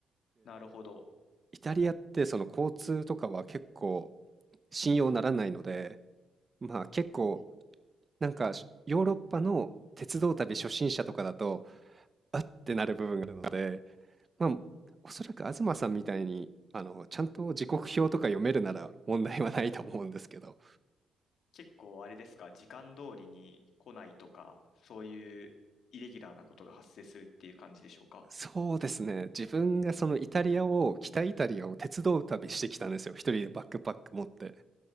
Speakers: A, on the left (about 70°); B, on the right (about 25°).
A: なるほど。
B: イタリアって、その交通とかは結構信用ならないので、まあ結構、なんかしヨーロッパの鉄道旅初心者とかだと、あってなる部分があるので、まあ、おそらく東さんみたいに、あの、ちゃんと時刻表とか読めるなら問題はないと思うんですけど、
A: 結構あれですか、時間通りに来ないとか、そういうイレギュラーなことが発生するっていう感じでしょうか。
B: そうですね、自分がそのイタリアを、北イタリアを鉄道旅してきたんですよ、一人でバックパック持って。